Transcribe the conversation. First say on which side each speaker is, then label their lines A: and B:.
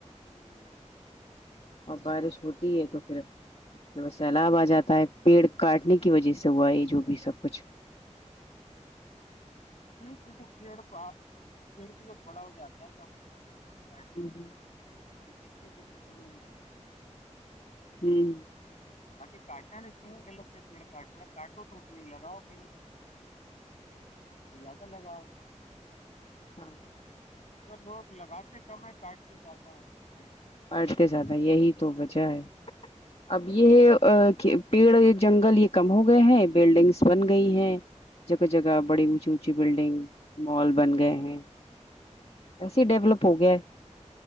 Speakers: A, on the left; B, on the left.
A: اور بارش ہوتی ہے تو پھر سیلاب آ جاتا ہے پیڑ کاٹنے کی وجہ سے ہوا یہ جو بھی سب کچھ
B: نہیں پیڑ پیڑ پ جب بڑا ہو جاتا ہے
A: ہوں ہ
B: کتی کے لیے د میں <unintelligible>
A: ہوں
B: حالانکہ کاٹنا نہیں چاہیے غلط سے پیڑ کاٹنا کاٹو ٹوٹنی لگاؤ پھر تو زیادہ لگاؤ
A: ہاں
B: اگر لوگ لگاتے کم ہے کاٹتے زیادہ ہے پیڑ
A: اھتے زدہ یہی تو وجہ ہے اب یہ پیڑ جنگل یہ کم ہو گئے ہیں بلڈنگس بن گئی ہیں جگہ جگہ بڑی اونچی اونچی بلڈنگ مال بن گئے ہیں ایسے ڈیولپ ہو گیا ہے